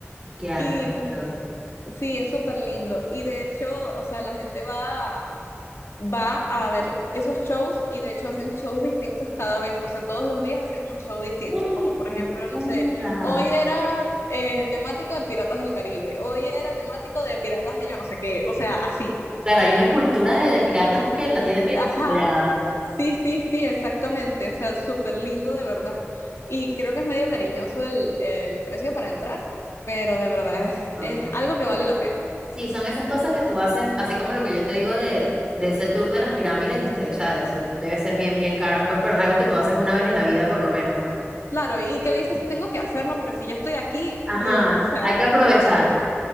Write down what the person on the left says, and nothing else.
Y mm, sí, es súper lindo. Y de hecho, o sea, la gente va va a ver esos shows y de hecho hacen shows distintos cada vez, o sea, todos los días hacen un show distinto,
como por
ejemplo,
no sé, hoy era eh, temático de Piratas del Caribe, hoy era temático de Piratas de yo no sé qué, o sea, así.
Ajá,
sí, sí, sí, exactamente, o sea, súper lindo de verdad. Y creo que es medio cariñoso el, el precio para entrar, pero de verdad
es,
es algo que vale la pena.
Claro, y que dices, tengo que hacerlo porque si ya estoy aquí,
eh, o sea...